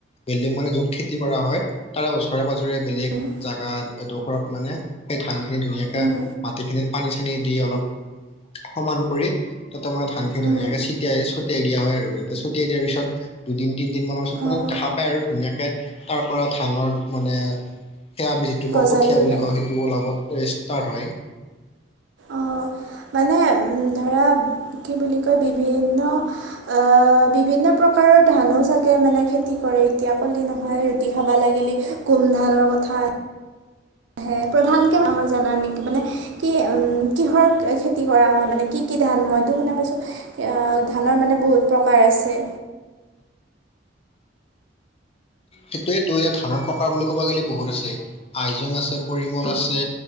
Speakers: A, on the left; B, on the right.
A: বিল্ডিং মানে য'ত খেতি কৰা হয় তাৰে ওচৰে পাজৰে বেলেগ
B: উম,
A: জাগাত এডোখৰত মানে, সেই ধান খিনি ধুনীয়াকে
B: উম,
A: মাটিখিনিত পানী চানী দি অলপ সমান কৰি তাতে মানে ধান খিনি
B: উম,
A: ধুনীয়াকে ছেটিয়াই, ছটিয়াই দিয়া হয় আৰু যাতে ছটিয়াই দিয়াৰ পিছত দুদিন তিনদিন মানৰ পিছত
B: অঁ
A: মান দেখা পায় আৰু ধুনীয়াকে তাৰ পৰা ধানৰ মানে সেয়া আমি যিটো
B: গজালি
A: কওঁ কঠিয়া
B: ওলায়
A: বুলি কওঁ সেইটো তোলাভত এই ষ্টাৰ্ট হয়।
B: অঁ মানে ধৰা কি বুলি কয় বিভিন্ন আ' বিভিন্ন প্ৰকাৰৰ ধানো চাগে মানে খেতি কৰে এতিয়া কলি নহয় আৰু। ৰুটি খাবা লাগিলে কোন ধানৰ কথা আহে, প্ৰধানকে মাহৰ জানা নেকি মানে কি উ'ম কিহৰ খেতি কৰা হয় মানে কি, কি ধান মই টো শুনা পাইছোঁ, ইয়া ধানৰ মানে বহুত প্ৰকাৰ আছে।
A: সেইটোৱেইটো এতিয়া ধানৰ প্ৰকাৰ বুলি ক'ব গ'লে বহুত আছে, আইজং আছে পৰিমল আছে